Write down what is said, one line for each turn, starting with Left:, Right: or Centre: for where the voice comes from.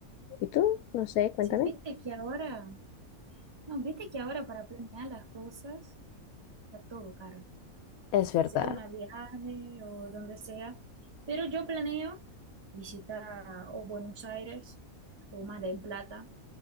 Left: ¿Y tú? No sé, cuéntame.
Right: Sí, viste que ahora, no, viste que ahora para planear las cosas está todo caro,
Left: Es verdad.
Right: sea una viaje o donde sea, pero yo planeo visitar o Buenos Aires o Mar del Plata,